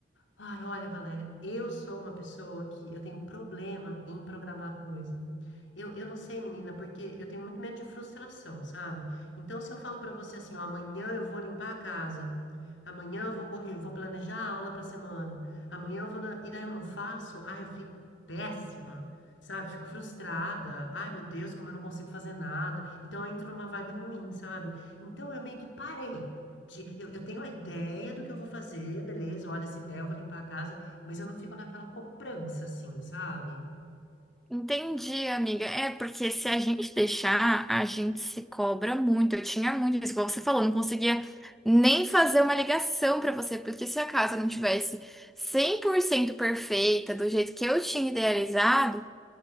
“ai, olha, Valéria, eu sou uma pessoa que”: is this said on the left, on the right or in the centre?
Left